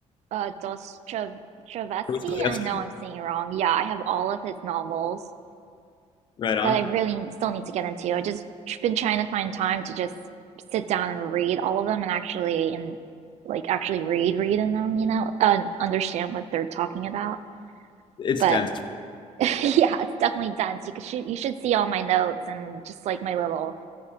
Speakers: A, on the right; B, on the left.
A: uh, Dostoevsky.
B: Dostoevsky?
A: I know I'm saying it wrong. Yeah, I have all of his novels
B: Right on.
A: that I really still need to get into. I just tr- been trying to find time to just sit down and read all of them and actually and like actually read read in them, you know, and understand what they're talking about.
B: It's
A: But
B: dense.
A: <laughs> yeah, it's definitely dense. You could, should you should see all my notes and just like my little